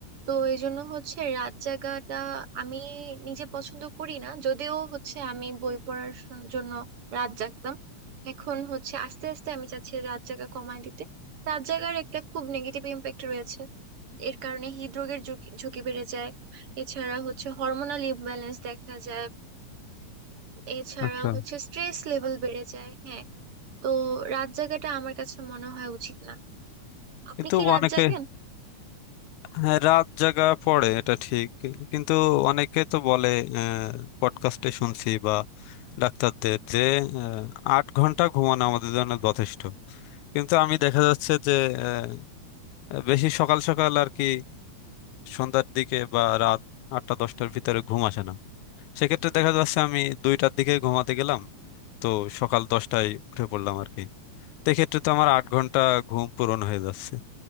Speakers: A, on the right; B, on the left.
A: তো এই জন্য হচ্ছে রাত জাগাটা আমি নিজে পছন্দ করি না যদিও হচ্ছে আমি বই পড়ার শোন- জন্য রাত জাগতাম এখন হচ্ছে আস্তে আস্তে আমি চাচ্ছি রাত জাগা কমায় দিতে রাত জাগার একটা খুব নেগেটিভ ইমপ্যাক্ট রয়েছে এর কারণে হৃদরোগের ঝুঁকি ঝুঁকি বেড়ে যায় এছাড়া হচ্ছে হরমোনাল ইমব্যালেন্স দেখা যায় এছাড়া
B: আচ্ছা
A: হচ্ছে স্ট্রেস লেভেল বেড়ে যায় হ্যাঁ তো রাত জাগাটা আমার কাছে মনে হয় উচিত না আপনি
B: কিন্তু
A: কি রাত
B: অনেকে
A: জাগেন
B: হ্যাঁ রাত জাগা পড়ে এটা ঠিক কিন্তু অনেকে তো বলে পডকাস্টে শুনছি বা ডাক্তারদের যে আহ, আট ঘন্টা ঘুমানো আমাদের জন্য যথেষ্ট কিন্তু আমি দেখা যাচ্ছে যে আহ, বেশি সকাল সকাল আর কি সন্ধ্যার দিকে বা রাত আটটা দশটার ভিতরে ঘুম আসে না সেক্ষেত্রে দেখা যাচ্ছে আমি দুইটার দিকে ঘুমাতে গেলাম তো সকাল দশটায় উঠে পড়লাম আর কি সেক্ষেত্রে তো আমার আট ঘন্টা ঘুম পূরণ হয়ে যাচ্ছে